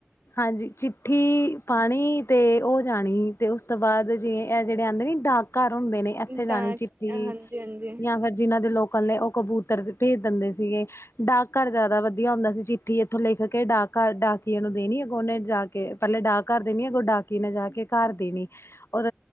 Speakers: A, on the left (about 85°); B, on the right (about 45°).
A: ਹਾਂਜੀ, ਚਿੱਠੀ ਪਾਣੀ ਤੇ ਔ ਜਾਣੀ। ਤੇ ਉਸ ਤੋਂ ਬਾਦ ਜਿਵੇ ਐ ਜੇੜੇ ਆਂਦੇ ਨੀ ਡਾਕ ਘਰ ਹੁੰਦੇ ਨੇ, ਐਥੇ ਜਾਣੀ
B: ਡਾਕ
A: ਚਿੱਠੀ
B: ਹਾਂਜੀ ਹਾਂਜੀ
A: ਯਾ ਫਿਰ ਜਿਨ੍ਹਾਂ ਦੇ ਲੋਕਲ ਨੇ ਓ ਕਬੂਤਰ ਭੇਜ ਦਿੰਦੇ ਸੀਗੇ। ਡਾਕ ਘਰ ਜਾਦਾ ਵਧੀਆ ਹੁੰਦਾ ਸੀ ਚਿੱਠੀ ਇੱਥੋਂ ਲਿਖ ਕੇ ਡਾਕ ਘਰ ਡਾਕੀਏ ਨੂੰ ਦੇਣੀ ਅੱਗੋਂ ਉਨੇ ਜਾ ਕੇ ਪੈਲੇ ਡਾਕ ਘਰ ਦੇਨੀ ਅਗੋ ਡਾਕੀਏ ਨੇ ਜਾ ਕੇ ਕਾਰ ਦੇਨੀ ਔਰ